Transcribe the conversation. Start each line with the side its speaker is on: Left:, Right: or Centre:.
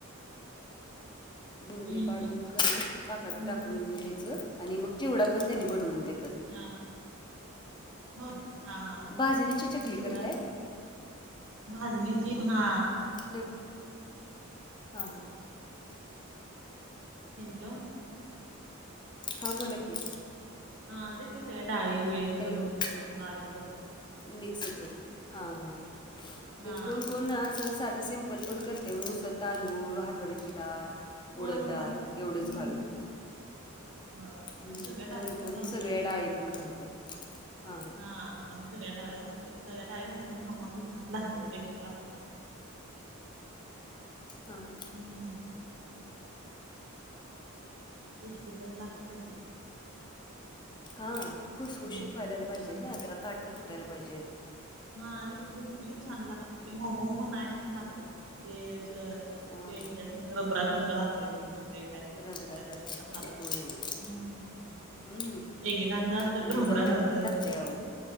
Left: <unintelligible> बुंदी
Right: हम्म
Left: पाडून कर पाकात
Right: होय
Left: टाकून
Right: की
Left: घ्यायचं आणि मग चिवडा पण त्यानी बनवून देतात.
Right: हा हो हा हा
Left: भाजणीची चकली
Right: चिवडा.
Left: करताय
Right: भाजणी ज हा
Left: न हा
Right: हॅलो.
Left: हां बोला की.
Right: हा तेच की, सगळ्या डाळीबिळी सगळं
Left: हॅलो
Right: मिक्स करून बारीक करून
Left: मिक्स करून, हा हा ह
Right: हा
Left: कोण कोण अस साधे सिंपल पण करते. नुसतं तांदूळ हरबरीची डाळ
Right: होय
Left: उडद
Right: होय
Left: डाळ
Right: हम्म
Left: एवढंच घालून
Right: होय
Left: हम्
Right: आम्ही सगळ्या डाळी
Left: कोण
Right: तेन
Left: कोण
Right: घालतोय
Left: सगळ्या डाळी पण घालतात हा.
Right: हा आम्ही सगळ्या डाळी घालते. सगळ्या डाळी घातल्या खमंग छान लागतात टेस्ट लागते.
Left: हा, हा,
Right: हम्म <inaudible> टेस्टी पण लाग चकल्या
Left: हा खुसखुशीत
Right: हम्म
Left: व्हायला पाहिजे
Right: हा
Left: ना, त्याला काट पण फुटायला पाहिजे.
Right: हा ते खुसखुशी छान लागत ते मऊ मऊ नाय छान लागते, ते असं
Left: हां,
Right: ते हेच्यासारखं रबरा सारखं लागते मग ते ते काय <unintelligible>
Left: रबरासारखं होतंय. होय, होय. हं
Right: एकेकांचं असतं
Left: आणि ते
Right: रबरा
Left: जमायला
Right: सारखं
Left: पण लागतंय अहो.